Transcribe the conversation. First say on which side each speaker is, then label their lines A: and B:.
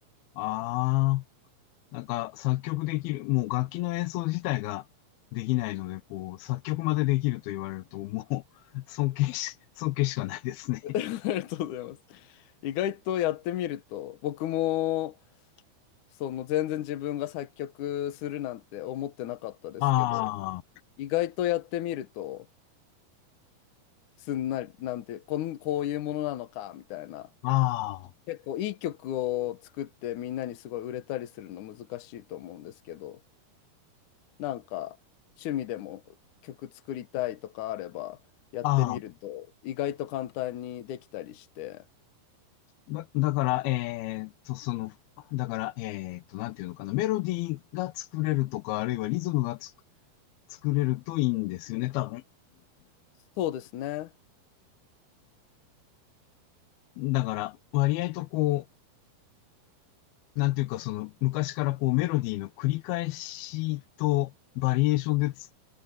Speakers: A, on the left; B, on the left.
A: ああ。なんか作曲できる、もう楽器の演奏自体ができないので、こう、作曲までできると言われると、もう <laughs> 尊敬し、尊敬しかないですね。
B: <laughs> ありがとうございます。意外とやってみると、僕もその全然自分が作曲するなんて思ってなかったですけど、
A: あ
B: 意外とやってみると、すんなり、なんて、こん、こういうものなのか、みたいな。
A: あ、あ
B: 結構いい曲を作ってみんなにすごい売れたりするの難しいと思うんですけど、なんか趣味でも曲作りたいとかあればやってみると意外と簡単にできたりして。
A: あ、ああ。だ、だから、えーっと、その、だから、えーっと、なんていうのかな、メロディーが作れるとか、あるいはリズムがつ作れるといいんですよね、多分。
B: そうですね。
A: だから、割合とこう、なんていうか、その、昔からこう、メロディーの繰り返しとバリエーションでつ